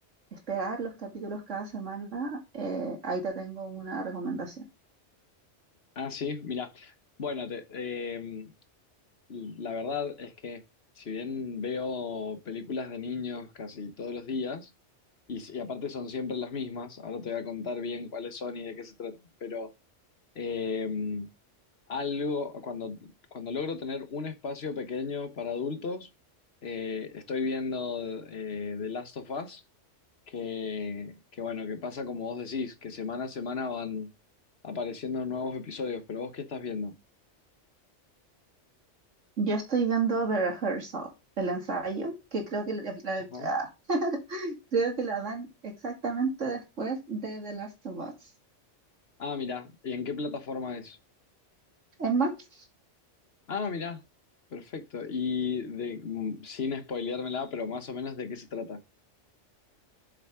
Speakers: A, on the right (about 85°); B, on the left (about 55°).
A: esperar los capítulos cada semana, eh, ahí te tengo una recomendación.
B: Ah, sí, mira. Bueno, te- eh, la verdad es que si bien veo películas de niños casi todos los días, y, si- y aparte son siempre las mismas, ahora te voy a contar bien cuáles son y de qué se tratan, pero em, algo, cuando, cuando logro tener un espacio pequeño para adultos, eh, estoy viendo eh, The Last of Us, que, que bueno, que pasa como vos decís, que semana a semana van apareciendo nuevos episodios, pero vos qué estás viendo?
A: Yo estoy viendo The Rehearsal, el ensayo, que creo que la, la-
B: Ajá.
A: ah, creo que la dan exactamente después de The Last of Us.
B: Ah, mira, ¿y en qué plataforma es?
A: En Max
B: Ah, mira, perfecto. Y de, mm, sin spoileármela, pero más o menos de qué se trata.